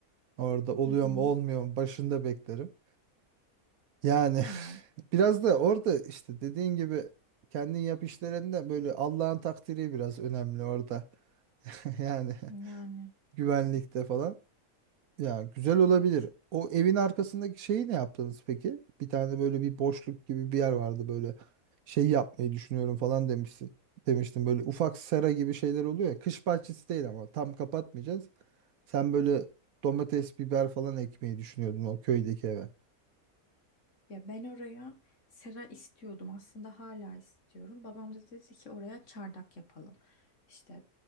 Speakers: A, on the right; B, on the left.
A: Orada oluyor
B: Hı hı.
A: mu olmuyor mu başında beklerim. Yani
B: Tamam.
A: <laughs> biraz da orada işte dediğin gibi kendin yap işlerinde böyle Allah'ın takdiri biraz önemli orada. <laughs> Yani
B: Yani
A: güvenlikte falan. Ya güzel olabilir.
B: evet.
A: O evin arkasındaki şeyi ne yaptınız peki? Bir tane böyle bir boşluk gibi bir yer vardı böyle şey yapmayı düşünüyorum falan demişsin. demiştim böyle ufak sera gibi şeyler oluyor ya. Kış bahçesi değil ama tam kapatmayacağız. Sen böyle domates, biber falan ekmeyi düşünüyordun o köydeki eve.
B: Ya ben oraya sera istiyordum. Aslında hala istiyorum. Babam da dedi ki oraya çardak yapalım. İşte